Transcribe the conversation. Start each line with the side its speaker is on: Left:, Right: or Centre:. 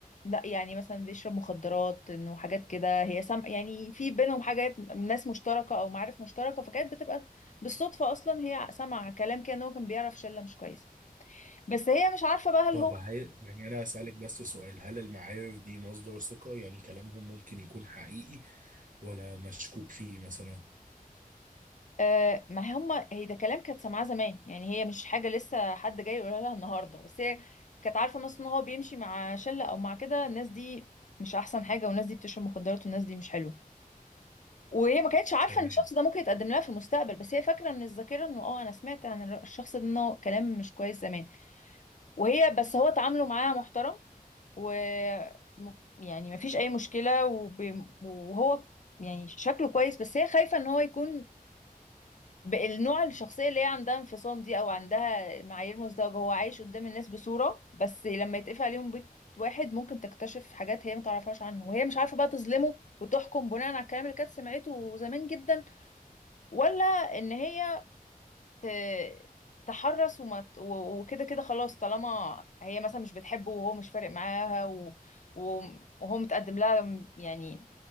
Left: لا يعني مثلا بيشرب مخدرات انه حاجات كده هي سم... يعني في بينهم حاجات ناس مشتركة او معارف مشتركة فكانت بتبقى بالصدفة اصلا هي سمع كلام كده ان هو كان بيعرف شلة مش كويسة بس هي مش عارفة بقى هل
Right: طب
Left: هو
Right: هي... يعني انا هسألك بس سؤال هل المعارف دي مصدر ثقة يعني كلامهم ممكن يكون حقيقي ولا مشكوك فيه مثلا
Left: آه ما هما هي ده كلام كانت سامعاه زمان يعني هي مش حاجة لسه حد جاي يقولها لها النهاردة بس هي كانت عارفة مثلا ان هو بيمشي مع شلة او مع كده الناس دي مش احسن حاجة والناس دي بتشرب مخدرات والناس دي مش حلوة وهي ما كانتش عارفة
Right: تمام
Left: ان الشخص ده ممكن يتقدم لها في المستقبل بس هي فاكرة من الذاكرة انه اه انا سمعت عن الر- الشخص ده انه كلام مش كويس زمان وهي بس هو تعامله معاها محترم و م- يعني ما فيش اي مشكلة وب... وهو يعني شكله كويس بس هي خايفة ان هو يكون ب- النوع الشخصية اللي هي عندها انفصام دي او عندها معايير مزدوجة هو عايش قدام الناس بصورة بس لما يتقفل عليهم بيت واحد ممكن تكتشف حاجات هي ما تعرفهاش عنه وهي مش عارفة بقى تظلمه وتحكم بناء على الكلام اللي كانت سمعته زمان جدا ولا ان هي ت- تحرص وما ت- و- وكده كده خلاص طالما هي مثلا مش بتحبه وهو مش فارق معاها و... و- وهو متقدم لها م- يعني